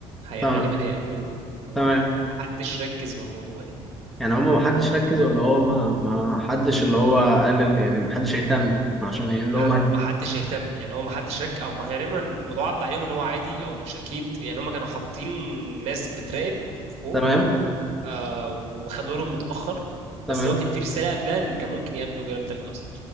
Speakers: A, on the right; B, in the centre.
A: هي
B: تمام
A: غالبا هيقابلوه و-
B: تمام
A: ومحدش ركز مع الموضوع يعني
B: يعني هما ما حدش ركز ولا هو ما ما حدش اللي هو قال ال- يعني ما حدش اهتم عشان يعني اللي
A: مح-
B: هو ما
A: محدش اهتم يعني هو محدش رك او ما- غالبا الموضوع عدى عليهم ان هو عادي او مش اكيد يعني هم كانوا حاطين ناس بتراقب فوق
B: تمام
A: آه وخدوا بالهم متاخر
B: تمام
A: بس هو كان في رساله قبلها ان كان ممكن يقابلوا جبل تلج اصلا